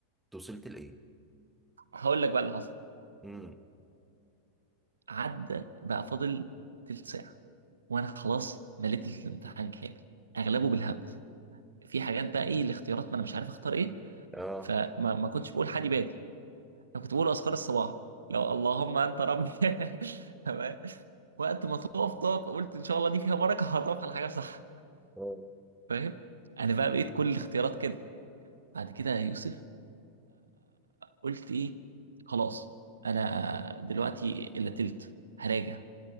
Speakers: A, in the centre; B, on the right.
A: انت وصلت لايه؟
B: هقول لك بقى اللي حصل
A: امم
B: عدى بقى فاضل تلت ساعة وأنا خلاص مليت الامتحان كامل أغلبه بالهبد في حاجات بقى إيه الاختيارات ما أنا مش عارف أختار إيه
A: اه
B: فما ما كنتش بقول حادي بادي أنا كنت بقول أذكار الصباح لو اللهم أنت ربي <laughs> تمام وقت ما تقف تقف قلت إن شاء الله دي فيها بركة هتقف على حاجة صح
A: اه
B: فاهم أنا بقى بقيت كل الاختيارات كده بعد كده يا يوسف قلت إيه خلاص أنا دلوقتي إلا تلت هراجع